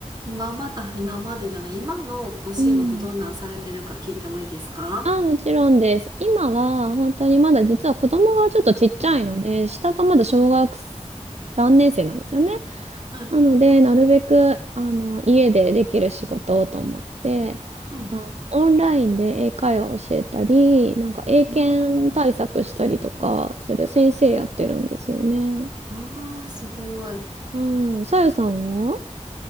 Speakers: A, on the right; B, on the right.
A: 今まで、あ、今までじゃない、今のお仕事どんなんされてるか聞いてもいいですか
B: うん。あ、もちろんです。今は、本当にまだ実は子供がちょっとちっちゃいので、下がまだ小学3年生なんですよね。
A: はい。
B: なので、なるべく、あの、家でできる仕事をと思って、
A: うん。
B: あオンラインで英会話を教えたり、なんか英検対策したりとかする先生やってるんですよね。
A: うーん。ああ、すごい。
B: うん。さゆさんは